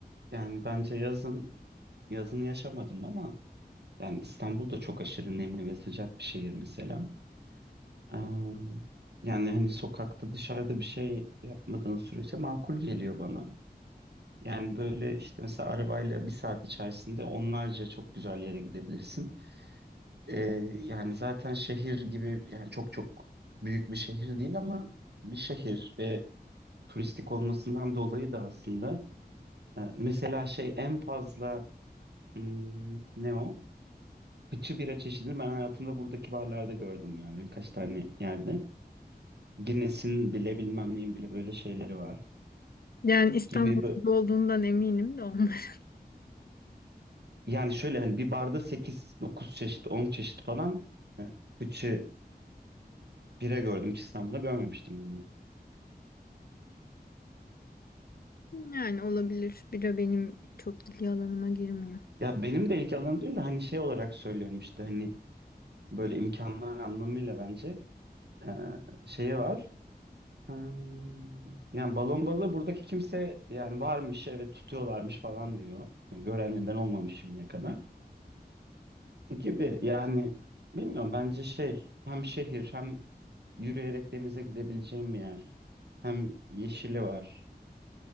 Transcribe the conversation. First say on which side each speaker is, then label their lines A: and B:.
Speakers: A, on the right; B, on the left.
A: Yani bence yazın yazını yaşamadım ama. Yani İstanbul da çok aşırı nemli ve sıcak bir şehir mesela. Ee, yani hani sokakta dışarıda bir şey yapmadığın sürece makul geliyor bana. Yani böyle işte mesela arabayla bir saat içerisinde onlarca çok güzel yere gidebilirsin. Ee, yani zaten şehir gibi yani çok çok büyük bir şehir değil ama bir şehir ve turistik olmasından dolayı da aslında e, mesela şey en fazla hmm, ne o? Fıçı bira çeşidini ben hayatımda buradaki barlarda gördüm yani birkaç tane yerde. Guinness'in bile bilmem neyin bile böyle şeyleri var
B: Yani İstanbul'da
A: gibi bö-
B: olduğundan eminim de ondan. <laughs>
A: yani şöyle hani bir barda sekiz dokuz çeşit 10 çeşit falan e, fıçı bira gördüm hiç İstanbul'da görmemiştim bunu.
B: Yani olabilir. Bira benim çok ilgi alanıma girmiyor.
A: Ya benim de ilgi alanım değil de hani şey olarak söylüyorum işte hani böyle imkanlar anlamıyla bence e, şeyi var. Hmm, Yani balon balığı buradaki kimse yani varmış evet tutuyorlarmış falan diyor. Yani gören neden olmamış şimdiye kadar. Gibi yani bilmiyorum bence şey hem şehir hem yürüyerek denize gidebileceğim bir yer hem yeşili var